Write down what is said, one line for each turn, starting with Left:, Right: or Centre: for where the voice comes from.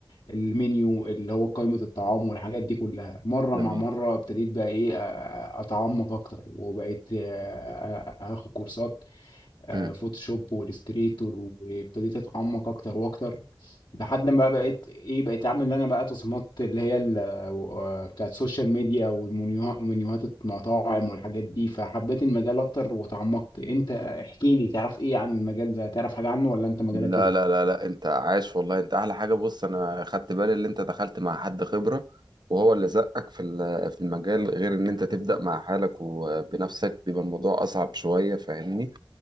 Left: المنيو اللي هو قائمة الطعام والحاجات دي كلها مرة
Right: جميل
Left: مع مرة ابتديت بقى ايه أ- أ- اتعمق اكتر وبقيت آه، اخد كورسات آه،
Right: مم.
Left: فوتوشوب والاستريتور وابتديت اتعمق اكتر واكتر لحد ما بقى بقيت ايه بقيت اعمل انا بقى تصميمات اللي هي ال- آه، بتاعت السوشيال ميديا والمنيوهات ومنيوهات المطاعم والحاجات دي فحبيت المجال اكتر وتعمقت انت احكي لي تعرف ايه عن المجال ده تعرف حاجة عنه ولا انت مجالك
Right: لا
Left: ايه
Right: لا لا لا انت عاش والله انت احلى حاجة بص انا خدت بالي ان انت دخلت مع حد خبرة وهو اللي زقك في ال- في المجال غير ان انت تبدأ مع حالك وبنفسك بيبقى الموضوع اصعب شوية فاهمني